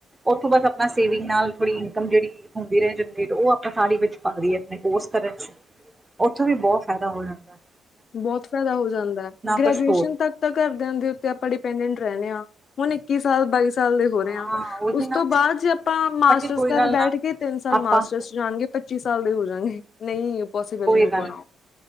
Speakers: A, on the right; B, on the left.
A: ਉੱਥੋਂ ਬਸ ਆਪਾ ਸੇਵਿੰਗ ਨਾਲ ਥੋੜੀ ਇਨਕਮ ਜਿਹੜੀ ਹੁੰਦੀ ਰਏ ਜਨਰੇਟ ਉਹ ਆਪਾਂ ਸਾਰੀ ਵਿੱਚ ਪਾਦੀਏ ਆਪਣੇ ਕੋੋਰਸ ਕਰਨ ਚ ਉੱਥੋਂ ਵੀ ਬਹੁਤ ਫਾਇਦਾ ਹੋ ਜਾਂਦਾ ਏ।
B: ਬਹੁਤ ਫਾਇਦਾ ਹੋ ਜਾਂਦਾ ਗ੍ਰੈਜੂਏਸ਼ਨ
A: ਕੁਛ ਹੋਰ
B: ਤੱਕ ਤਾਂ ਘਰਦਿਆਂ ਦੇ ਉੱਤੇ ਆਪਾਂ ਡਿਪੈਂਡੈਂਟ ਰਹਿੰਦੇ ਆ ਹੁਣ ਇੱਕੀ ਸਾਲ ਬਾਈ ਸਾਲ ਦੇ ਹੋ
A: ਹਾਂ
B: ਰਹੇ ਆ
A: ਉਹੀ
B: ਉਸ
A: ਨਾ
B: ਤੋਂ ਬਾਅਦ ਜੇ ਆਪਾਂ ਮਾਸਟਰਸ
A: ਬਾਕੀ ਕੋਈ
B: ਕਰਨ
A: ਗੱਲ
B: ਬੈਠ
A: ਨਾ
B: ਗੇ ਤਿੰਨ ਸਾਲ
A: ਆਪਾਂ
B: ਮਾਸਟਰਸ ਜਾਣਗੇ। ਪੱਚੀ ਸਾਲ ਦੇ ਹੋਜਾਂਗੇ ਨਹੀਂ ਪੋਸੀਬਲ
A: ਕੋਈ
B: ਨਹੀਂ ਹੋ
A: ਗੱਲ
B: ਪਾਉਣਾ।